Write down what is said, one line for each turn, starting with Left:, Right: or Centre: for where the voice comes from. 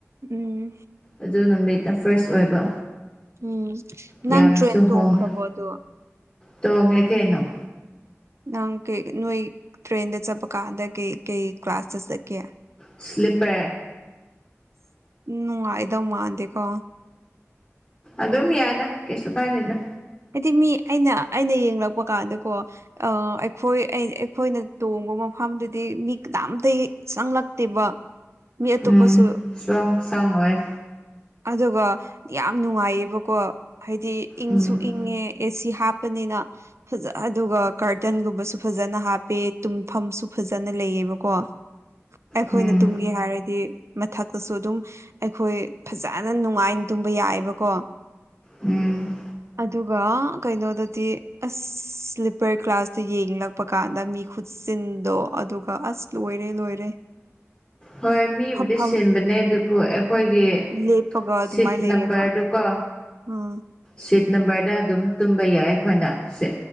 Right: ꯎꯝ
Left: ꯑꯗꯨ ꯅꯨꯃꯤꯠꯅ ꯐꯥꯔꯁ ꯑꯣꯏꯕ
Right: ꯎꯝ
Left: ꯌꯥꯝꯅꯁꯨ
Right: ꯅꯪ ꯇ꯭ꯔꯦꯟ ꯇꯣꯡꯈ꯭ꯔꯕꯣ
Left: ꯍꯣꯡꯉꯦ
Right: ꯑꯗꯨ
Left: ꯇꯣꯡꯉꯦ ꯀꯩꯅꯣ
Right: ꯑ ꯅꯪ ꯀꯩ ꯅꯣꯏ ꯇ꯭ꯔꯦꯟꯗ ꯆꯠꯄ ꯀꯥꯟꯗ ꯀꯩ ꯀꯩ ꯀ꯭ꯂꯥꯁꯇ ꯆꯠꯀꯦ
Left: ꯏꯁꯂꯤꯞꯄꯦ
Right: ꯅꯨꯡꯉꯥꯏꯗꯧ ꯃꯥꯟꯗꯦꯀꫭ
Left: ꯑꯗꯨꯝ ꯌꯥꯏꯗ ꯀꯩꯁꯨ ꯀꯥꯏꯗꯦꯗ
Right: ꯑꯩꯗꯤ ꯃꯤ ꯑꯩꯅ ꯑꯩꯅ ꯌꯦꯡꯂꯛꯄ ꯀꯥꯟꯗꯀꯣ ꯑ ꯑꯩꯈꯣꯏ ꯑꯩꯈꯣꯏꯅ ꯇꯣꯡꯕ ꯃꯐꯝꯗꯨꯗꯤ ꯃꯤ ꯀꯅꯥꯝꯇꯩ ꯆꯪꯂꯛꯇꯦꯕ ꯃꯤ‌ ꯑꯇꫭꯞꯄꯁꯨ
Left: ꯎꯝ ꯆꯨꯋꯥꯡ ꯆꯥꯡ ꯋꯥꯏ
Right: ꯑꯗꯨꯒ ꯌꯥꯝ ꯅꯨꯡꯉꯥꯏꯌꯦꯕꯀꯣ ꯍꯥꯏꯗꯤ ꯏꯪꯁꯨ
Left: ꯎꯝ
Right: ꯏꯪꯉꯦ ꯑꯦꯁꯤ ꯍꯥꯞꯄꯅꯤꯅ ꯐꯖ ꯑꯗꯨꯒ ꯀꯥꯔꯇꯟꯒꯨꯝꯕꯁꯨ ꯐꯖꯅ ꯍꯥꯞꯄꯦ ꯇꯨꯝꯐꯝꯁꯨ ꯐꯖꯅ ꯂꯩꯌꯦꯕꯀꯣ ꯑꯩꯈꯣꯏꯅ
Left: ꯎꯝ
Right: ꯇꯨꯝꯒꯦ ꯍꯥꯏꯔꯗꯤ ꯃꯊꯛꯇꯁꯨ ꯑꯗꯨꯝ ꯑꯩꯈꯣꯏ ꯐꯖꯅ ꯅꯨꯡꯉꯥꯏꯅ ꯇꯨꯝꯕ ꯌꯥꯏꯕꯀꯣ
Left: ꯎꯝ
Right: ꯑꯗꯨꯒ ꯀꯩꯅꯣꯗꯗꯤ ꯑꯁ ꯁ꯭ꯂꯤꯞꯄꯔ ꯀ꯭ꯂꯥꯁꯇ ꯌꯦꯡꯂꯛ ꯄ ꯀꯥꯟꯗ ꯃꯤ ꯈꯨꯠꯆꯤꯟꯗꯣ ꯑꯗꯨꯒ ꯑꯁ ꯂꯣꯏꯔꯦ ꯂꯣꯏꯔꯦ
Left: ꯍꯣꯏ ꯃꯤꯕꯨꯗꯤ
Right: ꯐꯝꯐꯝ
Left: ꯁꯤꯟꯕꯅꯦ ꯑꯗꯨꯕꯨ ꯑꯩꯈꯣꯏꯒꯤ
Right: ꯂꯦꯞꯄꯒ ꯑꯗꯨꯃꯥꯏꯅ
Left: ꯁꯤꯠ
Right: ꯂꯩꯌꯦꯕ
Left: ꯅꯝꯕꯔꯗꯨ ꯀꯣ
Right: ꯎꯝ
Left: ꯁꯤꯠ ꯅꯝꯕꯔꯗ ꯑꯗꯨꯝ ꯇꯨꯝꯕ ꯌꯥꯏ ꯑꯩꯈꯣꯏꯅ ꯁꯤ